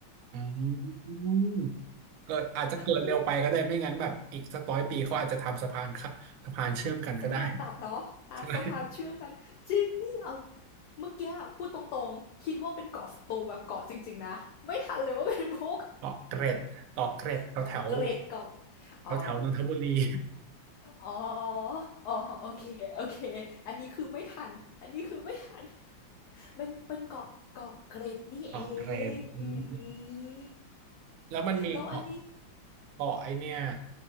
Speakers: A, on the right; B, on the left.
A: อืมเกิดอาจจะเกิดเร็วไปก็ได้ไม่งั้นแบบอีกสักร้อยปีเขาอาจจะทำสะพานค่ะสะพานเชื่อมกันก็ได้
B: คือ สะพานตัดเนาะอ่ะสะพานเชื่อมกันจริง
A: ใช่
B: นี่เอาเมื่อกี้อะพูดตรงๆ คิดว่าเป็นเกาะสตูแบบเกาะจริงๆนะ ไม่ทันเลยว่าเป็นมุก
A: เกาะเกร็ดเกาะเกร็ดแถวแถว
B: เกาะเกร็ดเกาะอ๋อ
A: แถวแถวนนทบุรี <laughs>
B: อ๋อ อ๋อโอเคโอเค อันนี้คือไม่ทันอันนี้คือไม่ทันมันเป็นเกาะเกาะเกร็ดนี่เอ
A: เกาะเกร็ดอืม
B: งอืม
A: แล้วมันมีเกาะ
B: แล้วอันนี้
A: เกาะไอเนี่ย